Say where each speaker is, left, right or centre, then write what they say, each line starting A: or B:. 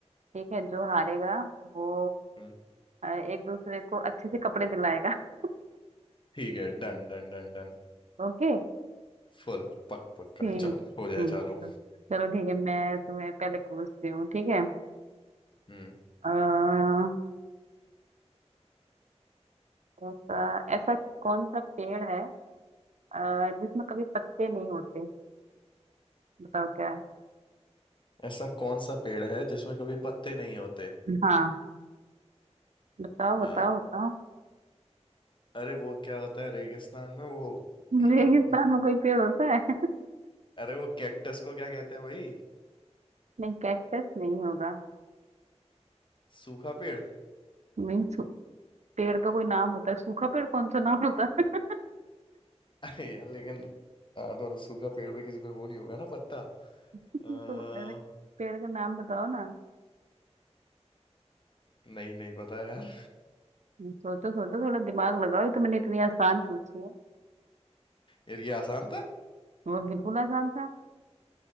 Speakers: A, on the right; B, on the left.
A: ठीक है जो हारेगा वो
B: हम्म
A: अ, एक दूसरे को अच्छे से कपड़े दिलाएगा <laughs>
B: ठीक है Done done done done
A: ओके
B: Full पक पक्का
A: ठीक
B: चलो
A: है हम्म,
B: हो जाए चालू
A: चलो चलो ठीक है मैं तुम्हें पहले पूछती हूँ ठीक है
B: हम्म
A: अः ऐसा ऐसा कौन सा पेड़ है अ, जिसमें कभी पत्ते नहीं होते बताओ क्या है
B: ऐसा कौन सा पेड़ है जिसमें कभी पत्ते नहीं होते
A: हाँ बताओ
B: आ,
A: बताओ बताओ
B: अरे वो क्या होता है रेगिस्तान में वो <clears throat>
A: रेगिस्तान में कोई पेड़ होता है <laughs>
B: अरे वो कैक्टस को क्या कहते हैं भाई
A: नहीं कैक्टस नहीं होगा
B: सूखा पेड़ <laughs>
A: नहीं सू- पेड़ का कोई नाम होता है सूखा पेड़ कौन सा नाम होता है
B: अरे यार लेकिन हाँ तो सूखा पेड़ पे किसी पे वो नहीं होगा ना पत्ता
A: <laughs>
B: आ,
A: तो अरे पेड़ का नाम बताओ ना
B: नहीं नहीं पता यार
A: सोचो सोचो थोड़ा दिमाग लगाओ ये तो मैंने इतनी आसान पूछी है
B: यार ये आसान था
A: वो बिल्कुल आसान था